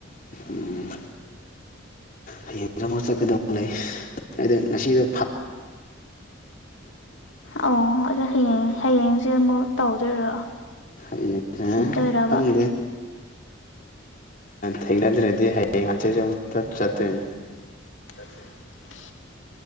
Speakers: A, on the left; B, on the left.
A: ꯎꯝ ꯍꯌꯦꯡ ꯆ ꯑꯃ ꯆꯠꯀꯗꯕ ꯂꯩ ꯑꯗ ꯉꯁꯤꯗ
B: ꯑꯣ ꯑꯗꯨ ꯍꯌꯦ ꯍꯌꯦꯡꯁꯦ ꯑꯃꯨꯛ ꯇꯧꯗꯣꯏꯔꯣ
A: ꯍꯌꯦꯡꯁꯦ
B: ꯊꯤꯗꯣꯏꯔꯕ
A: ꯈꯪꯗꯦ ꯊꯦꯡꯅꯗ꯭ꯔꯗꯤ ꯍꯌꯦꯡ ꯉꯆꯦꯁꯨ ꯑꯃꯨꯇ ꯆꯠꯇꯣꯏꯅꯦ
B: <unintelligible>